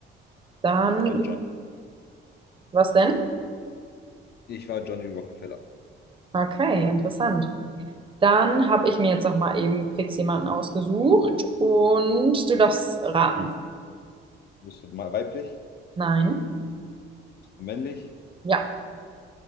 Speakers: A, on the right; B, on the left.
A: Dann,
B: ich war John.
A: was denn?
B: Ich war Johnny Rockefeller.
A: Okay, interessant. Dann habe ich mir jetzt noch mal eben fix jemanden ausgesucht und du darfst raten.
B: Bist du ma- weiblich?
A: Nein.
B: Bist du männlich?
A: Ja.